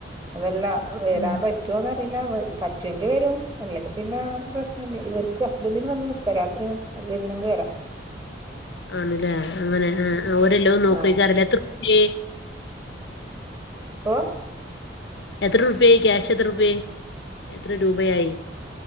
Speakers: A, on the right; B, on the left.
A: അതെല്ലാ വരാൻ
B: ഉം.
A: പറ്റോന്ന് <unintelligible> പറ്റുവെങ്കിൽ വരും അല്ലെങ്കിൽ പിന്നെ പ്രശ്നംല്ല ഇവർക്ക് ഹസ്ബന്ഡിന് വന്ന് നിക്ക രാത്രി വ ന്നെങ്കി വരാം
B: ആണ്ല്ലേ അങ്ങനെ ആ ഒരെല്ലോ നോക്കെയ്ക്കാരലെ
A: ആഹ്
B: എത്ര <unintelligible>
A: ഓ
B: എത്ര ഉർപ്യയായി ക്യാഷ് എത്ര ഉർപ്യയായി എത്ര രൂപയായി